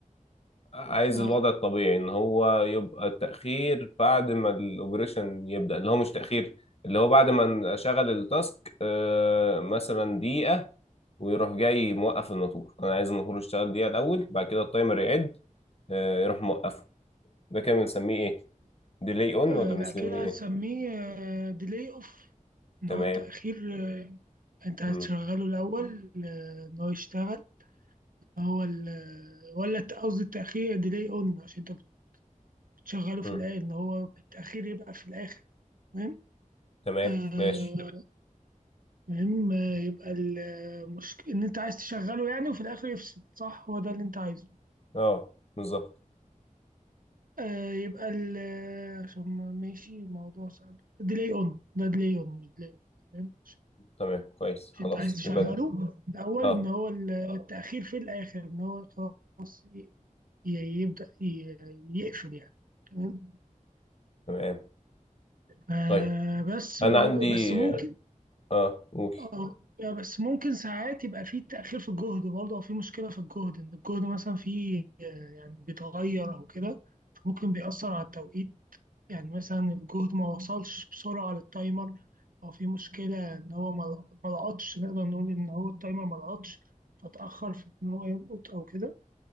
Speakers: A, on the left (about 45°); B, on the right (about 90°).
A: عايز
B: اه
A: الوضع الطبيعي ان هو يبقى تاخير بعد ما الاوبريشن يبدا اللي هو مش تاخير اللي هو بعد ما اشغل التاسك آه مثلا دقيقه ويروح جاي موقف الموتور انا عايز الموتور يشتغل دقيقه الاول بعد كده التايمر يعد آه، يروح موقفه ده كده بنسميه ايه ديلي اون
B: آه،
A: ولا بنسميه
B: لا كده هتسميه
A: ايه
B: ديلي اوف ان
A: تمام
B: هو التاخير آه، انت هتشغله
A: مم.
B: الاول آه، ان هو يشتغل هو ال ولا الت- قصدي التأخير ديلي اون عشان انت بتشغله في
A: مم.
B: الآية ان هو التأخير يبقى في الآخر تمام
A: تمام
B: تمام
A: ماشي
B: آه المهم آه، يبقى المشكلة ان انت عايز تشغله يعني وفي الآخر يفصل صح هو ده اللي انت عايزه
A: اه بالظبط
B: آه يبقى ال آه، عشان ما- ماشي الموضوع صعب ديلي اون ده ديلي اون مش ديلي اون تمام عشان
A: تمام كويس
B: عشان
A: خلاص
B: انت عايز تشغله
A: يبقى د-
B: الأول
A: اه
B: ان هو ال- التأخير في الآخر ان هو خلاص ي- ي- يبدأ ي- يقفل يعني تمام
A: تمام
B: آه
A: طيب
B: بس
A: انا
B: و-
A: عندي
B: بس ممكن
A: اه آه، قول
B: اه بس ممكن ساعات يبقى في تأخير في الجهد برضه أو في مشكلة في الجهد إن الجهد مثلا فيه آه، يعني بيتغير أو كده فممكن بيأثر على التوقيت يعني مثلا الجهد ما وصلش بسرعة للتايمر أو في مشكلة إن هو ما ما لقطش نقدر نقول إن هو التايمر ما لقطش فتأخر في إن هو يلقط أو كده